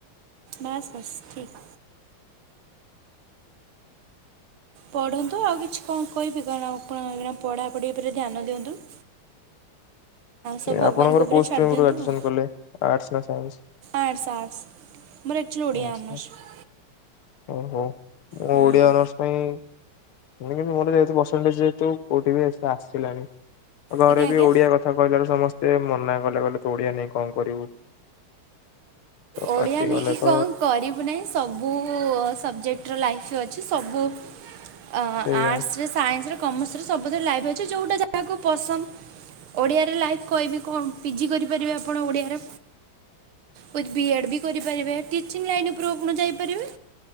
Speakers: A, on the right; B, on the left.
A: ବାସ୍ ବାସ୍ ଠିକ୍। ପଢନ୍ତୁ ଆଉ କିଛି କଣ କହିବି, କାରଣ ଆପଣ ଏଇନା ପଢା ପଢି ଉପରେ ଧ୍ୟାନ ଦିଅନ୍ତୁ। <inaudible> ସବୁ ଭଗବାନଙ୍କ
B: ଆପଣଙ୍କର
A: ଉପରେ
B: କୋଉ
A: ଛାଡ଼ି
B: ଷ୍ଟ୍ରଙ୍ଗ
A: ଦିଅନ୍ତୁ
B: ରୁ ଗ୍ରାଜୁଏସନ୍
A: ଆଉ
B: କଲେ? ଆର୍ଟ୍ସ ନାଁ ସାଇନ୍ସ।
A: ଆର୍ଟ୍ସ ଆର୍ଟ୍ସ ମୋର ଆକଚୁଆଲି ଓଡ଼ିଆ
B: ଆଚ୍ଛା।
A: ଅନର୍ସ।
B: ଓହୋ ମୁଁ
A: ହୁଁ
B: ଓଡିଆ ଅନର୍ସ ପାଇଁ କିନ୍ତୁ ମୋର ଯେହେତୁ ପରସେଣ୍ଟଜ୍ ଯେହେତୁ କୋଉଠି ବି ଆସିଲାନି। ଆମ
A: ଆଜ୍ଞା
B: ଘରେ
A: ଆଜ୍ଞା।
B: ବି ଓଡିଆ କହିଲାରୁ ସମସ୍ତେ ମନା କଲେ। କହିଲେ ତୁ ଓଡିଆ ନେଇକି କଣ କରିବୁ? ତ
A: ଓଡ଼ିଆ
B: ପାଟି
A: ନେଇକି
B: କଲେ ତ
A: କଣ କରିବୁ ନାହିଁ ସବୁ ସବଜେକ୍ଟର ଲାଇଫ୍ ଅ ସବୁ ଆ
B: ସେଇଆ
A: ଆର୍ଟ୍ସ ରେ ସାଇନ୍ସ ରେ କମର୍ସରେ ସବୁଥିରେ ଲାଇଫ୍ ଅଛି। ଯୋଉଟା ଯାହାକୁ ପସନ୍ଦ ଓଡିଆରେ ଲାଇଫ୍ କହିବି କଣ ପିଜି କରିପାରିବେ ଆପଣ ଓଡିଆରେ। ଉଇଥ ବିଏଡ଼୍ ବି କରିପାରିବେ। ଟିଚିଂ ଲାଇନ୍ ଉପରେ ଆପଣ ଯାଇପାରିବେ।